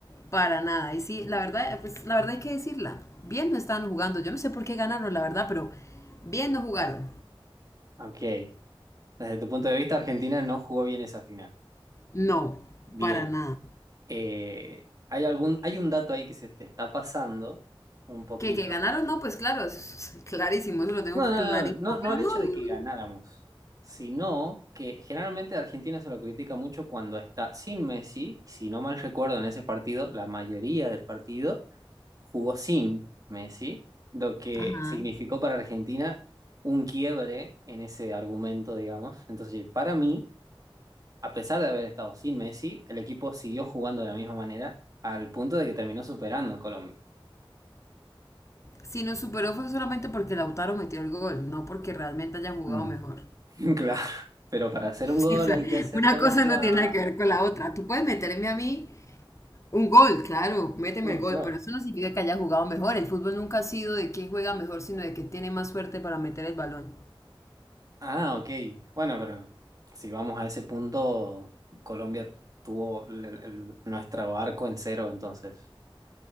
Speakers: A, on the left; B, on the right.
A: para nada. Y sí, la verdad, pues la verdad hay que decirla, bien no estaban jugando, yo no sé por qué ganaron, la verdad, pero bien no jugaron,
B: Ok. Desde tu punto de vista, Argentina no jugó bien esa final.
A: no,
B: Bien.
A: para nada.
B: Eh, hay algún, hay un dato ahí que se te está pasando un poquito.
A: Que, que ganaron, no, pues claro, es <laughs> clarísimo, eso lo tengo
B: No, no,
A: clarísimo.
B: no, no, no
A: Pero
B: al
A: no,
B: hecho de que
A: yo no-
B: ganáramos, sino que generalmente a Argentina se lo critica mucho cuando está sin Messi, y si no mal recuerdo en ese partido, la mayoría del partido jugó sin Messi, lo que
A: Ajá.
B: significó para Argentina un quiebre en ese argumento, digamos. Entonces, para mí, a pesar de haber estado sin Messi, el equipo siguió jugando de la misma manera al punto de que terminó superando a Colombia.
A: Si nos superó fue solamente porque Lautaro metió el gol, no porque realmente hayan jugado
B: Mm.
A: mejor. <laughs>
B: <laughs> Claro, pero para hacer un
A: Sí,
B: gol
A: o sea,
B: hay que hacer
A: una
B: todos
A: cosa
B: los jugadas.
A: no tiene nada que ver
B: pero-
A: con la otra. Tú puedes meterme a mí un gol, claro, méteme
B: Mm,
A: el gol,
B: claro.
A: pero eso no significa que haya jugado mejor. El fútbol nunca ha sido de quién juega mejor, sino de quién tiene más suerte para meter el balón.
B: Ah, ok. Bueno, pero si vamos a ese punto, Colombia tuvo el- el- nuestro arco en cero, entonces